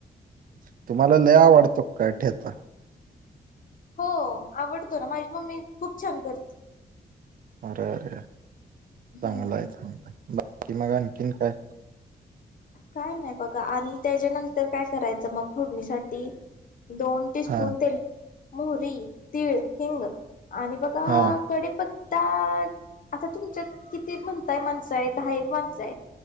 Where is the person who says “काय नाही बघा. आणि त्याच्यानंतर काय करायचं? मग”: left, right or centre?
Left